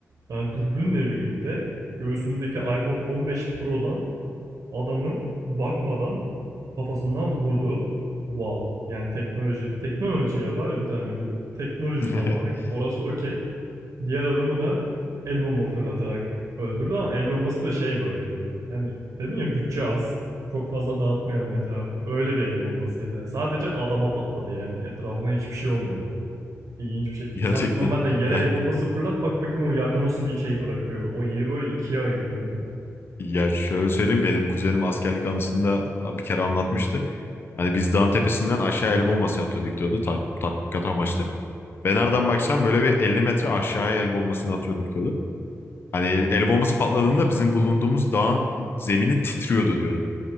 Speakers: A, on the right; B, on the left.
A: e, dürbünle birlikte göğsündeki iPhone 15 Pro'dan Adamı bakmadan kafasından vurdu. Wow. Yani teknoloji teknolojiye var ya bir tane video. Teknoloji
B: <laughs>
A: tam olarak. Orası okey. Diğer adamı da el bomba fırlatarak öldürdü ama el bombası da şey böyle. Hani dedin ya bütçe az. Çok fazla dağıtmayalım etrafı. Öyle bir el bombasıydı. Yani Sadece adama patladı yani. Etrafına hiçbir şey olmadı. İlginç bir şekilde.
B: Gerçekten.
A: Sen normalde yere
B: <laughs>
A: el bombası fırlat bak bakayım o yerde nasıl bir şey bırakıyor. O yeri böyle ikiye ayırır yani.
B: Ya şöyle söyleyeyim benim kuzenim askerlik anısında bir kere anlatmıştı. Hani biz dağın tepesinden aşağı el bombası atıyorduk diyordu. Ta tatbikat amaçlı. Ve nereden baksan böyle bir 50 metre aşağıya el bombasını atıyorduk diyordu. Hani el bombası patladığında bizim bulunduğumuz dağın zemini titriyordu diyordu.